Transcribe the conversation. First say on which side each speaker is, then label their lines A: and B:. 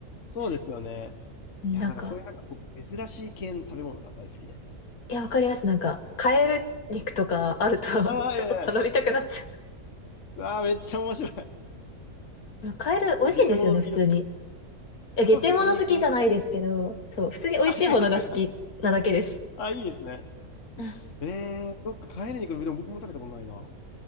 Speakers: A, on the left (about 55°); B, on the left (about 75°).
A: そうですよね。
B: なんか、
A: いや、だからそういうなんかこう珍しい系の食べ物が大好きで。
B: いや、わかります。なんか、カエル肉とかあると <laughs>
A: ああ、
B: ちょっと頼みたくなっちゃ
A: いやいやいや。うわあ、めっちゃ面白い。
B: う。カエル美味しいんですよね、
A: ゲテモノ好きです。
B: 普通に。え、下手物好きじゃないですけど、
A: そうですね、鶏肉。
B: そう、普通に美味しいものが好きなだけです。
A: あ、違うか。あ、いいですね。
B: うん
A: えー、そっか、帰り肉、でも僕も食べたことないな。